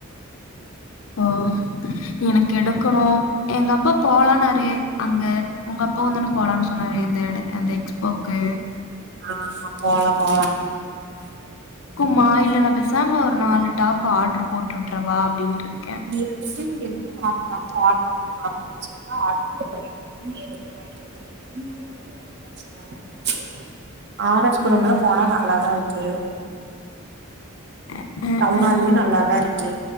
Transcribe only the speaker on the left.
ஓ எனக்கு எடுக்கணு எங்க அப்பா போலானாரு அங்க உங்க அப்பா வந்தொன போலான் சொன்னாரு இந்த‌ எட அந்த எக்ஸ்போக்கு
மா இல்ல நா பேசாம ஒரு நாலு டாப் ஆர்டர் போட்டு வுட்றவா அப்டின்ருக்
ம்.
அ, அ,
அ.